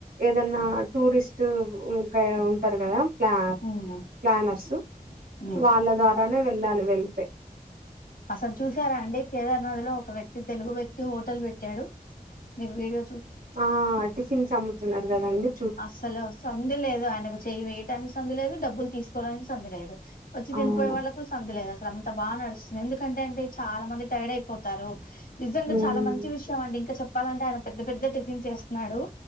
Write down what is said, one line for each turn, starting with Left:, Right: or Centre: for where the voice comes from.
Right: ఏదైన్నా టూరిస్ట్ ఉగ్గాయా ఉంటారు గదా ప్లా
Left: ఉమ్
Right: ప్లానర్సు
Left: ఉమ్
Right: వాళ్ళ ద్వారానే వెళ్ళాలి వెళ్తే
Left: అసలు చూసారా అండి. కేదార్ నదిలో ఒక వ్యక్తి తెలుగు వ్యక్తి హోటల్ వేట్టాడు. మీరు వీడో
Right: ఆ టిఫిన్స్ అమ్ముతున్నారు గదండి.
Left: అస్సలు సందు లేదు. ఆయనకు చేయి వేయటానికి సందు లేదు, డబ్బులు తీసుకోవడానికి సందు లేదు. వచ్చి దినిపోయే
Right: అవును
Left: వాళ్ళకు సందు లేదస్. అద్ అంత బాగా నడుస్తుంది. ఎందుకంటే అంటే చాలా మంది టైర్డ్ అయిపోతారు. నిజంగా
Right: ఉమ్
Left: చాలా మంచి విషయం అండి. ఇంకా చెప్పాలంటే ఆయన పెద్ద పెద్ద టిఫిన్ చేస్తున్నాడు